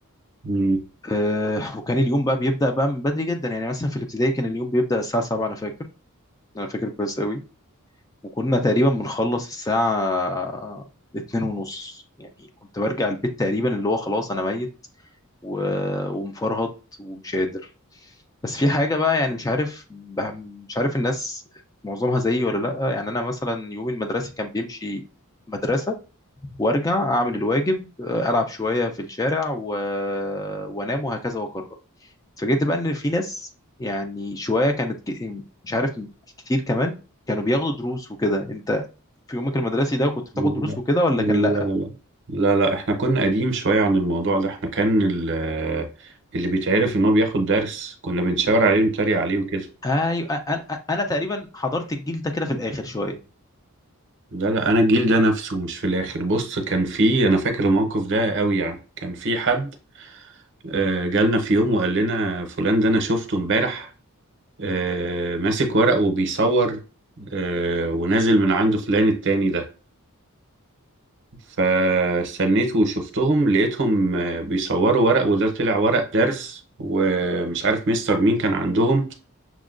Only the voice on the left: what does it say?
آه، وكان اليوم بقى بيبدا بقى من بدري جدا يعني مثلا في الابتدائي كان اليوم بيبدا الساعه 7 انا فاكر انا فاكر كويس قوي وكنا تقريبا بنخلص الساعه اتنين ونص يعني كنت برجع البيت تقريبا اللي هو خلاص انا ميت و- ومفرهد ومش قادر بس في حاجة بقى يعني مش عارف بح- مش عارف الناس معظمها زيي ولا لأ يعني أنا مثلا يوم المدرسة كان بيمشي مدرسة وأرجع أعمل الواجب آه، ألعب شوية في الشارع و... وأنام وهكذا وأكرر اتفاجئت بقى إن في ناس يعني شوية كانت ك... مش عارف كتير كمان كانوا بياخدوا دروس وكده أنت في يومك المدرسي ده كنت بتاخد
دروس وكده ولا
كان لأ؟
أيوة أنا أنا أنا تقريبا حضرت الجيل ده كده في الآخر شوية